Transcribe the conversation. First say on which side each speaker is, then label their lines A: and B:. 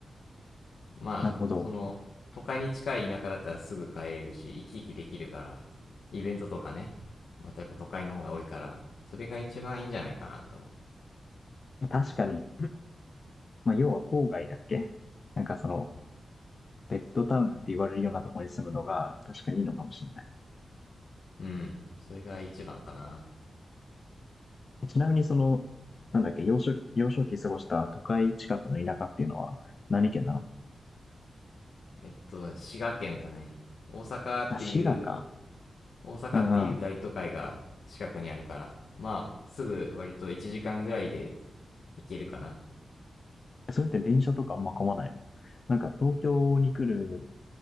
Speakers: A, on the left; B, on the left.
A: まあ、
B: なるほど。
A: その、都会に近い田舎だったらすぐ帰れるし、生き生きできるから、イベントとかね、またやっぱ都会の方が多いから、それが一番いいんじゃないかなと思
B: 確かに、まあ、要は郊外だっけなんかその、ベッドタウンって言われるようなところに住むのが、確かにいいのかもしれない。
A: う。うん、それが一番かな。
B: ちなみにその、なんだっけ、幼少期、幼少期過ごした都会近くの田舎っていうのは何県なの
A: えっと、滋賀県だね。大阪っていう、
B: あ、滋賀か。
A: 大阪っていう大都会が近くにあるから、
B: うんうん。
A: まあ、すぐ割と1時間ぐらいで行けるかな。
B: それって電車とかあんま混まないのなんか東京に来る、